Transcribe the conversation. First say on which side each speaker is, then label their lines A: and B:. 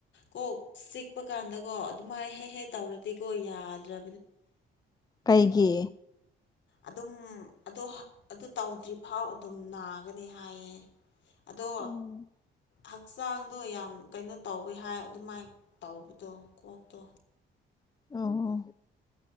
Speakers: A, on the left; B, on the left.
A: ꯀꯣꯛ ꯆꯤꯛꯄꯀꯥꯟꯗꯀꯣ ꯑꯗꯨꯃꯥꯏ ꯍꯦ-ꯍꯦꯛ ꯇꯧꯔꯗꯤꯀꯣ ꯌꯥꯗ꯭ꯔ
B: ꯀꯩꯒꯤ
A: ꯑꯗꯨꯝ ꯑꯗꯣ ꯑꯗꯨ ꯇꯧꯗ꯭ꯔꯤꯐꯥꯎ ꯑꯗꯨꯝ ꯅꯥꯒꯅꯦ ꯍꯥꯏꯌꯦ ꯑꯗꯣ
B: ꯎꯝ
A: ꯍꯛꯆꯥꯡꯗꯣ ꯌꯥꯝ ꯀꯩꯅꯣ ꯇꯧꯋꯤ ꯍꯥꯏ ꯑꯗꯨꯃꯥꯏ ꯇꯧꯕꯗꯣ ꯀꯣꯛꯇꯣ
B: ꯑꯣ